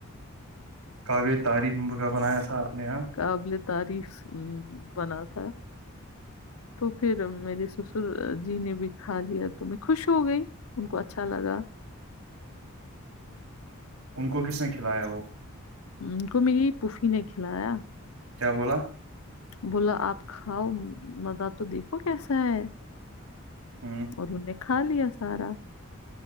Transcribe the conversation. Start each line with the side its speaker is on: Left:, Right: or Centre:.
Right: کاول تاریف کا بنایا تھا نے یہاں
Left: قابل تعریف ہ بنا تھا تو پھر میرے سسر جی نے بھی کھا لیا تو میں خوش ہو گئی ان کو اچھا لگا
Right: ان کو کس نے کھلایا وہ
Left: ان کو میری پفی نے کھلایا
Right: کیا بولا
Left: بولا آپ کھاؤ مزہ تو دیکھو کیسا ہے
Right: ہ
Left: اور نے خال لیا سارا